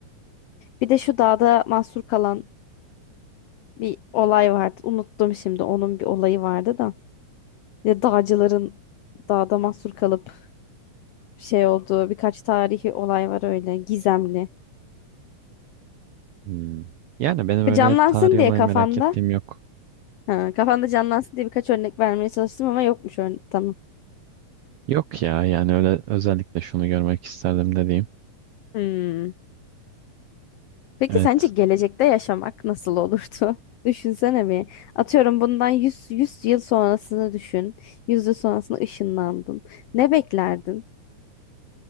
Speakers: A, on the left (about 85°); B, on the right (about 80°).
A: Bir de şu dağda mahsur kalan bir olay vardı. Unuttum şimdi onun bir olayı vardı da. Ve dağcıların dağda mahsur kalıp şey olduğu birkaç tarihi olay var öyle gizemli.
B: hmm. Yani benim
A: E,
B: öyle
A: Canlansın
B: tarihi
A: diye
B: olay
A: kafanda.
B: merak ettiğim yok.
A: Ha, kafanda canlansın diye birkaç örnek vermeye çalıştım ama yokmuş örnek. Tamam.
B: Yok ya yani öyle özellikle şunu görmek isterdim dediğim.
A: Hmm. Peki
B: Evet
A: sence gelecekte yaşamak nasıl olurdu? <laughs> Düşünsene bir. Atıyorum bundan yüz yüz yıl sonrasını düşün. yüz yıl sonrasına ışınlandın. Ne beklerdin?